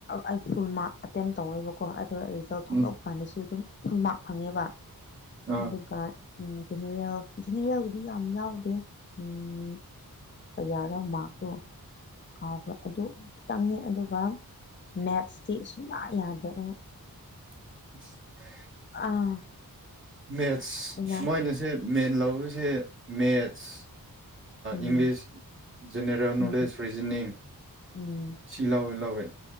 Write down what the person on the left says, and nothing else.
ꯑꯩ ꯐꯨꯜ ꯃꯥꯔꯛ ꯑꯦꯇꯦꯝ ꯇꯧꯋꯦꯕꯀꯣ ꯑꯗꯣ ꯑꯩ ꯔꯤꯖꯜ ꯊꯣꯛꯂꯛꯄ
ꯀꯥꯟꯗꯁꯨ ꯑꯗꯨꯝ ꯐꯨꯜ ꯃꯥꯔꯛ ꯐꯪꯉꯦꯕ
ꯑꯗꯨꯒ ꯎꯝ ꯔꯦꯜ ꯖꯦꯅꯦꯔꯦꯜꯗꯤ ꯌꯥꯝ ꯌꯥꯎꯗꯦ ꯎꯝ ꯀꯌꯥꯔꯣ ꯃꯥꯔꯛꯇꯣ ꯀꯥꯎꯈ꯭ꯔ ꯑꯗꯨ ꯈꯤꯇꯪꯅꯦ ꯑꯗꯨꯒ ꯃꯦꯠꯁꯇꯤ ꯁꯨꯡꯌꯥ ꯌꯥꯗ꯭ꯔꯑꯦ
ꯑꯥ
ꯑꯩꯅ
ꯎꯝ
ꯎꯝ
ꯎꯝ